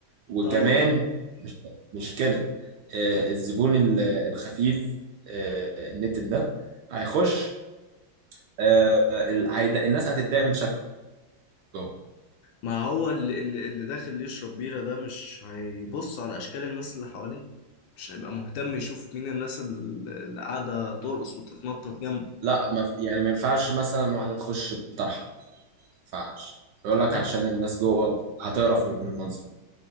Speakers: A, on the right; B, on the left.
A: وكمان
B: طيب
A: مش مش كده آه، الزبون ال- الخفيف آه، النتن ده هيخش آه، ال- هيدا- الناس هتتضايق من شكله جوه.
B: ما هو اللي, اللي اللي داخل يشرب بيرة ده مش هيبص على أشكال الناس اللي حواليه مش هيبقى مهتم يشوف مين الناس ال- اللي قاعدة ترقص وتتنطط جنبه
A: لا ما في- يعني ما ينفعش مثلا واحدة تخش بطرحة ما ينفعش يقول
B: أنا-
A: لك عشان الناس جوه هتقرف من المنظر